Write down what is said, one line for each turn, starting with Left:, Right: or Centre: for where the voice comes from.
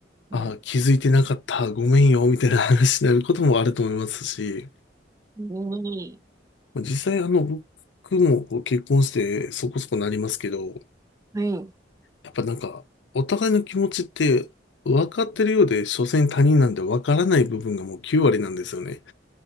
Left: あ、
Right: ん。
Left: 気づいてなかった、ごめんよ、みたいな話になることもあると思いますし、
Right: うんうんねえ
Left: まあ実際あの、僕もこう結婚してそこそこなりますけど、
Right: はい。
Left: やっぱなんか、お互いの気持ちって分かってるようで、所詮他人なんで分からない部分がもう9割なんですよね。